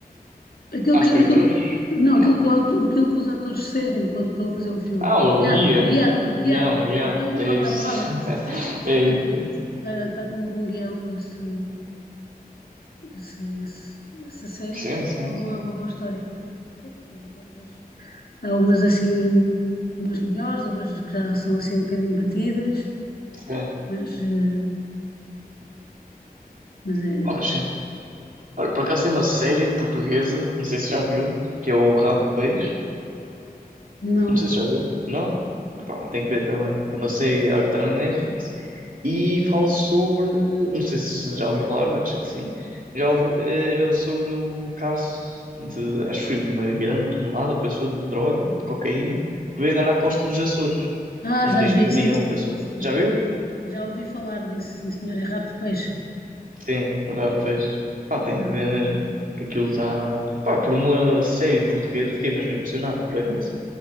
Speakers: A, on the left; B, on the right.
A: aquilo
B: Há
A: que,
B: escritores?
A: aquilo, não,
B: Não.
A: aquilo que, o auto- aquilo que os atores seguem quando estão a fazer um filme.
B: Ah,
A: O
B: o
A: guião,
B: guia.
A: o guião, o
B: Guião,
A: guião, o
B: guião.
A: guião. Estava
B: É
A: a faltar
B: isso.
A: a palavra.
B: <laughs> É
A: Está
B: isso.
A: com,
B: é isso.
A: está, está com um bom guião. Esse, esse, esse- essa série
B: Sim,
A: está com
B: sim,
A: uma boa,
B: sim.
A: uma boa história. Depois as outras. Há umas assim, umas melhores, umas que já são assim um bocadinho batidas,
B: Sim.
A: mas, eh, mas é.
B: Olha, sim. Olha, por acaso tem uma série portuguesa, não sei se já viu, que é o Rabo de Peixe.
A: Não.
B: Não sei se já viu. Não? Pá, tem que ver também. É uma série, olha, está na Netflix e fala sobre. Não sei se já ouviu falar, acho que sim. Já ouviu, era sobre o caso de, acho que foi uma grande tonelada, pessoa, de droga, de cocaína, que veio dar à costa dos Açores,
A: Ah,
B: em
A: já
B: 2001,
A: vi, sim, sim,
B: pessoa.
A: sim, sim.
B: Já viu?
A: Já ouvi falar disso, sim, senhor, é rabo de peixe.
B: Sim, rapaz. Pá, tem que ver mesmo. Que aquilo está. Pá, por uma série portuguesa, fiquei mesmo impressionado, por acaso.